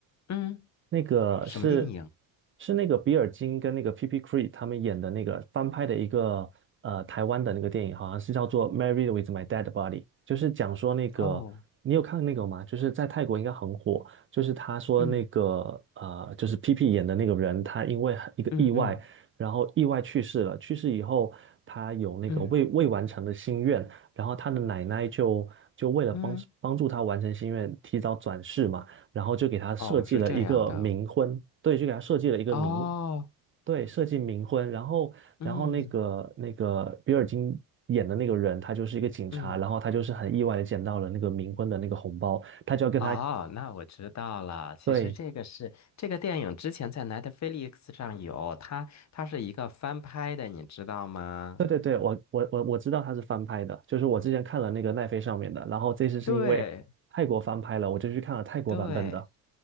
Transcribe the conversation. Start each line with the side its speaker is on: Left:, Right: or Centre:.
Left: 嗯，
Right: 那个是
Left: 什么电影？
Right: 是那个比尔金跟那个 P.P. Cree 他们演的那个翻拍的一个呃台湾的那个电影，好像是叫做《Married with My Dead Body》，就是讲说那个你有看那个吗？
Left: 哦，
Right: 就是在泰国应该很火，就是他说那个呃就是
Left: 嗯
Right: P.P. 演的那个人，他因为一个意外，
Left: 嗯嗯
Right: 然后意外去世了，去世以后他有那个未未完成的心愿，
Left: 嗯
Right: 然后他的奶奶就就为了帮帮助他完成心愿，
Left: 嗯，
Right: 提早转世嘛。然后就给他设计了一个冥婚，
Left: 哦，是这样的。
Right: 对，就给他设计了一个冥，
Left: 哦，
Right: 对，设计冥婚。然后，
Left: 嗯
Right: 然后那个那个比尔金演的那个人，他就是一个警察，
Left: 嗯，
Right: 然后他就是很意外的捡到了那个冥婚的那个红包，他就要跟他，
Left: 哦，那我知道了。其实这个是这个电影之前在
Right: 对，
Left: Netflix 上有，它它是一个翻拍的，你知道吗？
Right: 对对对，我我我我知道他是翻拍的，就是我之前看了那个奈飞上面的，然后这次是因为泰国翻拍了，
Left: 对，
Right: 我就去看了泰国版本的。
Left: 对。